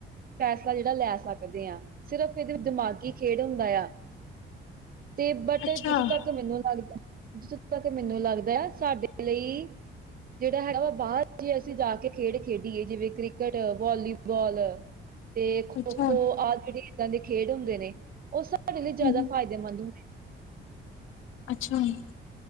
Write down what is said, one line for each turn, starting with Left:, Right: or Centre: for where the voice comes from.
Right: ਫੈਸਲਾ ਜਿਹੜਾ ਲੈ ਸਕਦੇ ਹਾਂ, ਸਿਰਫ ਇਹਦੇ ਦਿਮਾਗੀ ਖੇਡ ਹੁੰਦਾ ਆ। ਤੇ, ਬਟ
Left: ਅੱਛਾ
Right: ਜਿੱਥੋਂ ਤੱਕ ਮੈਨੂੰ ਲੱਗਦਾ, ਜਿੱਥੋਂ ਕਿ ਮੈਨੂੰ ਲੱਗਦਾ ਆ, ਸਾਡੇ ਲਈ ਜਿਹੜਾ ਹੈਗਾ ਵਾ, ਬਾਹਰ ਜੇ ਅਸੀਂ ਜਾ ਕੇ ਖੇਡ ਖੇਡੀਏ, ਜਿਵੇਂ ਕ੍ਰਿਕਟ, ਵਾਲੀਬਾਲ। ਤੇ ਖੋ-ਖੋ,
Left: ਅੱਛਾ
Right: ਆਹ ਜਿਹੜੇ ਇੱਦਾਂ ਦੇ ਖੇਡ ਹੁੰਦੇ ਨੇ, ਉਹ ਸਾਡੇ ਲਈ
Left: ਹੂੰ,
Right: ਜ਼ਿਆਦਾ ਫਾਇਦੇਮੰਦ ਹੁੰਦੇ ਨੇ।
Left: ਅੱਛਾਜੀ,